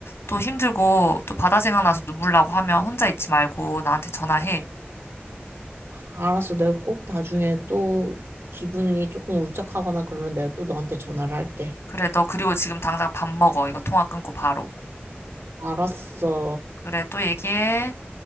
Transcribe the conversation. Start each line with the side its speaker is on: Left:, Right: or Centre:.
Left: 또 힘들고 또 바다 생각나서 눈물 나고 하면 혼자 있지 말고 나한테 전화해.
Right: 알았어. 내가 꼭 나중에 또 기분이 조금 울적하거나 그러면 내가 또 너한테 전화를 할게.
Left: 그래, 너 그리고 지금 당장 밥 먹어. 이거 통화 끊고 바로.
Right: 알았어.
Left: 그래, 또 얘기해.